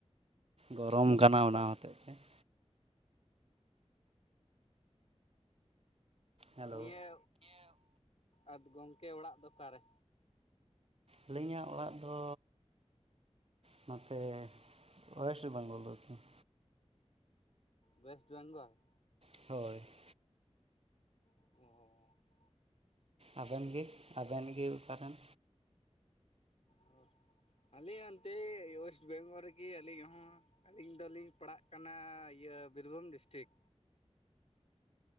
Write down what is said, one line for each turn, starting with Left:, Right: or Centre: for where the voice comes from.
Right: ᱜᱚᱨᱚᱢ ᱠᱟᱱᱟ ᱚᱱᱟ ᱦᱚᱛᱮᱫ ᱛᱮ ᱾ ᱦᱮᱞᱳ
Left: ᱱᱤᱭᱟᱹ, ᱟᱫᱚ ᱜᱚᱝᱠᱮ ᱚᱲᱟᱜ ᱫᱚ ᱚᱠᱟ ᱨᱮ?
Right: ᱟᱹᱞᱤᱧᱟᱜ ᱚᱲᱟᱜ ᱫᱚ, ᱱᱚᱛᱮ, ᱚᱭᱮᱥᱴ ᱵᱮᱝᱜᱚᱞ ᱨᱮ ᱾
Left: ᱚᱭᱮᱥᱴ ᱵᱮᱝᱜᱚᱞ ᱾
Right: ᱦᱳᱭ ᱾
Left: ᱚᱻᱦᱚ ᱾
Right: ᱟᱵᱮᱱ ᱜᱤ, ᱟᱵᱮᱱ ᱜᱤ ᱚᱠᱟ ᱨᱮᱱ?
Left: ᱟᱨ, ᱟᱞᱤᱝ ᱟᱱᱛᱮ ᱚᱭᱮᱥᱴ ᱵᱮᱝᱚᱞ ᱨᱮᱜᱮ ᱟᱞᱤᱧ ᱦᱚᱸ, ᱟᱹᱞᱤᱧ ᱫᱚᱞᱤᱧ ᱯᱟᱲᱟᱜ ᱠᱟᱱᱟ ᱤᱭᱟᱹ ᱵᱤᱨᱵᱷᱩᱢ ᱰᱤᱥᱴᱨᱤᱠ᱾